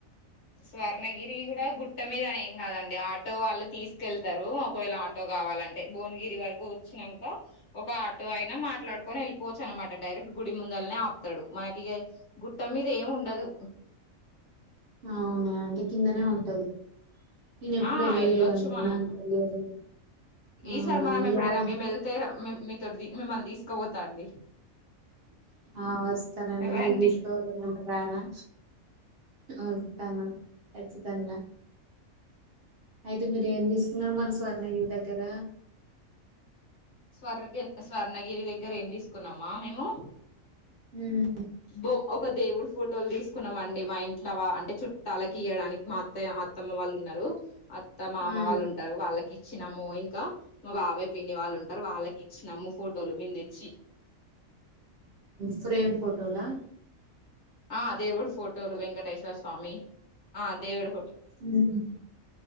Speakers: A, on the left (about 55°); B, on the right (about 55°).
A: స్వర్ణగిరి గూడా గుట్ట మీద ఏం కాదండి ఆటో వాళ్ళు తీసుకెళ్తారు ఒకవేళ ఆటో గావాలంటే భువనగిరి వరకు వచ్చినంక ఒక ఆటో అయినా మాట్లాడుకొని యెళ్ళిపోవచ్చు అనమాట డైరెక్ట్ గుడి ముందల్నే ఆపుతాడు మనకి ఇగ గుట్ట మీద ఏమి ఉండదు.
B: అవునా అంటే కిందనే ఉంటది. నేను ఎప్పుడు
A: ఆ
B: వెళ్ళలేదండి
A: వెళ్ళొచ్చు మనం
B: నాకు తెలియదు
A: ఈసారి
B: అవునా
A: మనం ఎప్పుడైనా
B: యాద
A: మేము వెళ్తే మే. మీతోటి మిమ్మల్ని తీసుకుపోతా అండి.
B: ఆ వస్తానండి
A: రండి
B: మీరు తీసుకుపోతే రానా. వస్తాను ఖచ్చితంగా. అయితే మీరు ఏం తీసుకున్నారు మరి స్వర్ణగిరి దగ్గర.
A: స్వర్ణగి స్వర్ణగిరి దగ్గర ఏమ్ తీసుకున్నామా మేము.
B: ఉహు.
A: బో ఒక దేవుడు ఫోటోలు తీసుకున్నాం అండి మా ఇంట్లో అంటే చుట్టాలకి ఇయడానికి మా అత్త అత్తమ్మ వాళ్ళు ఉన్నారు. అత్త మామ
B: ఆ
A: వాళ్ళు ఉంటారు వాళ్ళకి ఇచ్చినము. ఇంకా మా బాబాయ్ పిన్ని వాళ్ళు ఉంటా. ఆ వాళ్ళకి ఇచ్చినామ్ము ఫోటోలు మేము తెచ్చి.
B: ఫ్రేమ్ ఫోటోలా.
A: ఆ అ దేవుడు ఫోటోలు వెంకటేశ్వర. స్వామి ఆ దేవుడు
B: ఉమ్